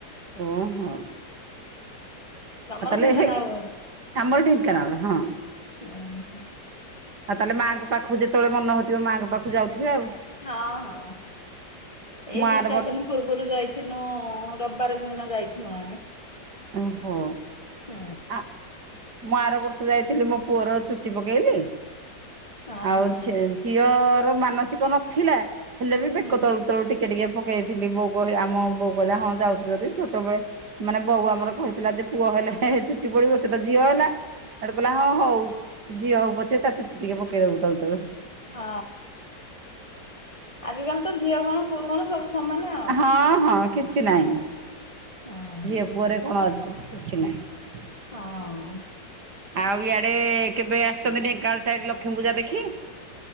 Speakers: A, on the right (about 65°); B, on the left (about 20°).
A: ଓ ହଁ,
B: ତମର
A: ଆଉ ତାହଲେ
B: ଢେଙ୍କାନାଳ
A: ସେ
B: ବୋଧେ?
A: ଆମର ଢେଙାନାଳ ହଁ,
B: ହୁଁ,
A: ଆଉ ତାହେଲେ ମାଙ୍କ ପାଖକୁ ଯେତେବେଳେ ମନ ହଉଥିବ ମାଆଙ୍କ ପାଖକୁ ଯାଉଥିବେ ଆଉ,
B: ହଁ-ହଁ ଏଇ
A: ମୁଁ
B: ବିଚାରି
A: ଆର ବର୍
B: ଦିନି, ପୂର୍ବରୁ ଯାଇଥିଲୁ ରବିବାର ଦିନ ଯାଇଥିଲୁ ଆମେ,
A: ଓହୋ
B: ହଁ
A: ଆ ମୁଁ ଆର ବର୍ଷ ଯାଇଥିଲି ମୋ ପୁଅର ଚୁଟି ପକେଇଲି
B: ହଁ
A: ଆଉ
B: ହଁ
A: ଛେସ୍ ଝିଅର ମାନସିକ ନଥିଲା ହେଲେ ବି
B: ହୁଁ।
A: ବେକ ତଳୁ-ତଳୁ ଟିକ୍ କେ ଟିକେ ପକେଇଥିଲି ବୋଉ କହେ ଆମ ବୋଉ କଇଲା ହଁ ଯାଉଛି ଯଦି ଛୋଟବେେଳେ ମାନେ ବୋଉ ଆ ଆମର କହିଥିଲା ଯେ ପୁଅ ହେଲେ ହେ ଚୁଟି ପଡିବ ସେ ତ ଝିଅ ହେଲା ହେଟୁ କଲା ହଁ ହୋଉ ଝିଅ ହୋଉ ପଛେ ତା ଚୁଟି ଟିକେ ପକେଇଦବୁ ତଳୁ ତଳୁ।
B: ହଁ ଆଜିକାଲି ତ ଝିଅ କଣ ପୁଅ କଣ ସବୁ ସମାନେ ଆ
A: ହଁ ହଁ କିଛି ନାଇଁ
B: ହଁ
A: ଝିଅ ପୁଅରେ କଣ ଅଛି, କିଛି ନାଇଁ।
B: ହଁ।
A: ଆଉ ଇଆଡ଼େ-ଏ କେବେ ଆସିଚନ୍ତି ଢେଙ୍କାଳ ସାଇଡ଼ ଲକ୍ଷ୍ମୀ ପୂଜା ଦେଖି?